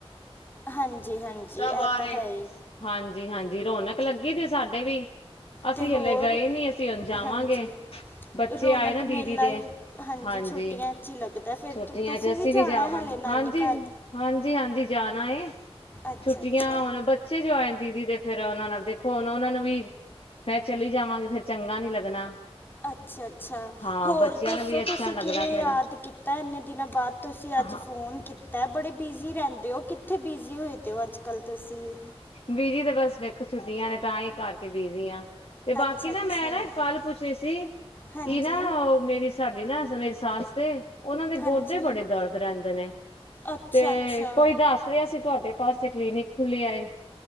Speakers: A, on the left; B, on the left.
A: ਹਾਂਜੀ -ਹਾਂਜੀ
B: ਸਭ
A: ਇਹ
B: ਆ
A: ਤਾਂ
B: ਰਹੇ
A: ਹੈ ਹੀ।
B: ਹਾਂਜੀ -ਹਾਂਜੀ ਰੌਣਕ ਲੱਗੀ ਸੀ ਸਾਡੇ ਵੀ ਅਸੀਂ
A: ਤੇ ਹੋਰ
B: ਹਲੇ ਗਏ ਨੀ ਅਸੀਂ ਹੁਣ ਜਾਵਾਂਗੇ
A: ਹਾਂਜੀ
B: ਬੱਚੇ
A: ਰੌਣਕ
B: ਆਏ ਨਾ
A: ਮੇਲਾ
B: ਦੀਦੀ ਦੇ,
A: ਹੀ
B: ਹਾਂਜੀ,
A: ਛੁੱਟੀਆਂ 'ਚ ਹੀ ਲੱਗਦਾ ਫਿਰ
B: ਛੁੱਟੀਆਂ
A: ਤੁ ਤੁਸੀਂ
B: ਚ ਅਸੀਂ ਵੀ
A: ਜਾਣਾ
B: ਜਾਵਾਂਗੇ
A: ਹਾਲੇ
B: ਹਾਂ।
A: ਨਾਨੀ
B: ਹਾਂਜੀ-
A: ਘਰ
B: ਹਾਂਜੀ ਜਾਣਾ
A: ਅੱਛਾ
B: ਛੁੱਟੀਆਂ
A: ਅੱਛਾ
B: ਹੁਣ ਬ ਬੱਚੇ ਆਏ ਜੌ ਦੀਦੀ ਤੇ ਫੇਰ ਉਹਨਾਂ ਨਾਲ ਦੇਖੋ ਹੁਣ ਉਹਨਾਂ ਨੂੰ ਵੀ। ਮੈਂ ਚਲੀ ਜਾਵਾਂਗੀ ਫੇਰ ਚੰਗਾ ਨਹੀਂ ਲੱਗਣਾ।
A: ਅੱਛਾ- ਅੱਛਾ।
B: ਹਾਂ
A: ਹੋਰ
B: ਬੱਚਿਆਂ
A: ਦੱਸੋ
B: ਨੂੰ ਵੀ ਅੱਛਾ
A: ਤੁਸੀਂ
B: ਨੀ ਲੱਗਦਾ
A: ਕਿਵੇਂ
B: ਫੇਰ
A: ਯਾਦ ਕੀਤਾ ਇੰਨੇ ਦਿਨਾਂ ਬਾਅਦ ਤੁਸੀਂ ਅੱਜ
B: ਹਾਂ
A: ਫੋਨ ਕੀਤਾ। ਬੜੇ ਬਿਜ਼ੀ ਰਹਿੰਦੇ ਹੋ ਕਿੱਥੇ ਬਿਜ਼ੀ ਹੋਏ ਤੇ ਹੋ ਅੱਜ ਕੱਲ ਤੁਸੀਂ
B: ਬੀਜੀ ਤਾਂ ਬਸ ਵੇਖੋ ਛੁੱਟੀਆਂ ਨੇ ਤਾਂ ਹੀ ਘਰ ਚ ਬੀਜੀ ਆ ਤੇ ਬਾਕੀ
A: ਅੱਛਾ
B: ਨਾ
A: ਅੱਛਾ
B: ਮੈਂ ਨਾ ਕੱਲ ਪੁੱਛੀ ਸੀ
A: ਹਾਂਜੀ
B: ਕਿ ਨਾ ਉਹ ਮੇਰੀ ਸਾਡੀ ਨਾ ਮੇਰੀ ਸਸ ਦੇ ਉਹਨਾਂ ਦੇ ਗੋਡੇ
A: ਹਾਂਜੀ
B: ਬੜੇ ਦਰਦ ਰਹਿੰਦੇ ਨੇ
A: ਅੱਛਾ
B: ਤੇ
A: ਅੱਛਾ
B: ਕੋਈ ਦੱਸ ਰਿਹਾ ਸੀ ਤੁਹਾਡੇ ਪਾਸੇ ਕਲੀਨਿਕ ਖੁੱਲਿਆ ਹੈ